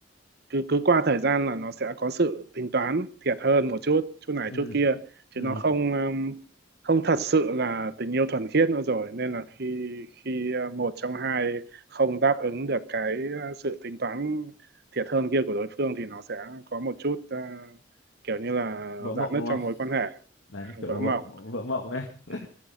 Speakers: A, on the right; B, on the left.
A: cứ cứ qua thời gian là nó sẽ có sự tính toán thiệt hơn một chút chút này
B: ừ
A: chút kia
B: ừ
A: chứ nó không um, không thật sự là tình yêu thuần khiết nữa rồi nên là khi khi uh, một trong hai không đáp ứng được cái uh, sự tính toán thiệt hơn kia của đối phương thì nó sẽ có một chút uh, kiểu như là
B: vỡ mộng
A: rạn nứt
B: đúng không
A: trong mối quan hệ
B: đấy kiểu
A: vỡ
B: vỡ
A: mộng
B: vỡ mộng đấy <laughs>
A: ừ.